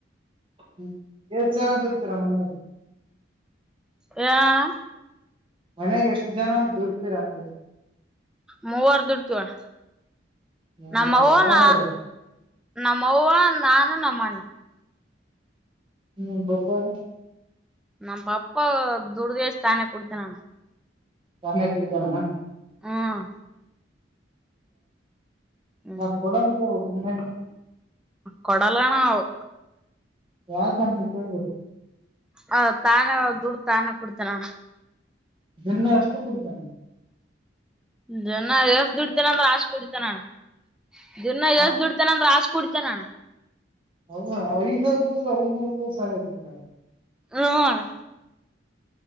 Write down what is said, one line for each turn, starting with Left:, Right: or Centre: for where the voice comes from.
Right: <unintelligible>
Centre: ಹೇಳ್ ಅಣ್ಣ.
Right: ಮನ್ಯಾಗ ಎಷ್ಟು ಜನ ದುಡ್ತಿರ ಅಂತ.
Centre: ಮೂವರು ದುಡ್ತೀವಿ ಅಣ್ಣ.
Right: ಯಾರ
Centre: ನಮ್ಮವ್ವ
Right: ಯಾರ
Centre: ನಾ ನಮ್ಮವ್ವ ನಾನು ನಮ್ಮಣ್ಣ
Right: <unintelligible>
Centre: ನಮ್ಮ ಅಪ್ಪಾ ದುಡಿಡುಗೆಸಿಂದ ತಾನೆ ಕುಡಿತನ ಅಣ್ಣ.
Right: ತಾನೆ ಕುಡಿತನೇನು.
Centre: ಹೂ ಅಣ್ಣ. ಹ್ಮ್
Right: ಮತ್ತ ಕೊಡಂತ ಹೇಳಬೇಕು ಮನ್ಯಾಗ.
Centre: ಕೊಡಲ್ಲಣ್ಣ ಅವು.
Right: ಯಾಕಂತ ಕೇೇಳಬೇಕು.
Centre: ಹ ತಾನೇ ದುಡ್ಡು ತಾನೇ ಕುಡಿತಾನ ಅಣ್ಣ.
Right: ದಿನ್ನ ಅಷ್ಟೇ ಕುಡಿತನ.
Centre: ದಿನ್ನ ಎಸ್ ದುಡಿತೇನ ಅಂದ್ರ ಆಶ್ ಕುಡಿತನಣ. ದಿನ್ನ
Right: ಹ
Centre: ಎಸ್ ದುಡತಾನ ಅಂದ್ರ ಆಸ್ ಕುಡ್ತನಣ್ಣ.
Right: ಹೌದ ಐದ್ನೂರು ದುಡಿದ್ರೆ ಐದ್ನೂರು ರೂಪಾಯಿ ಸಾರಾಯಿ ಕುಡ್ತನ.
Centre: ಹೂ ಅಣ್ಣ.